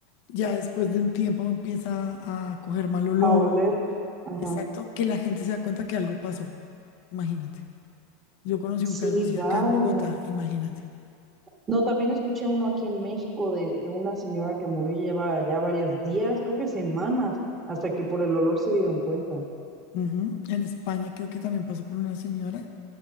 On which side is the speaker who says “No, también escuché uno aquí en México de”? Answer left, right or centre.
Right